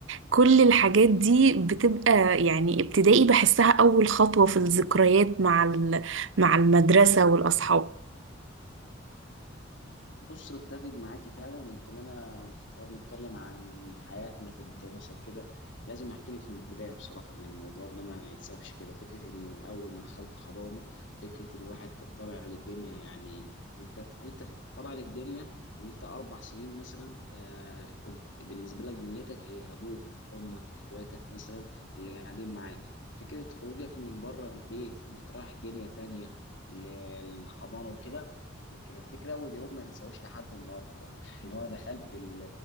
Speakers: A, on the right; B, on the left.
A: كل الحاجات دي بتبقى يعني ابتدائي بحسها اول خطوة في الذكريات مع ال... مع المدرسة والاصحاب
B: بص بتفق معاكي فعلا يمكن انا لو بنتكلم عن حياتنا في الدراسه وكده لازم احكي لك من البدايه بصراحه ان الموضوع ده ما يتسابش كده فكره ان من اول ما دخلت حضانه فكره ان الواحد كان طالع للدنيا يعني انت في انت في طالع للدنيا ان انت اربع سنين مثلا آه كنت بالنسبه لك دنيتك هي ابوك امك اخواتك مثلا اللي قاعدين معاك فكره خروجك من بره البيت اللي انت رايح دنيا تانية للحضانه وكده يمكن افتكر اول يوم ما انساهوش لحد النهارده <laughs> ان هو دخلت ال-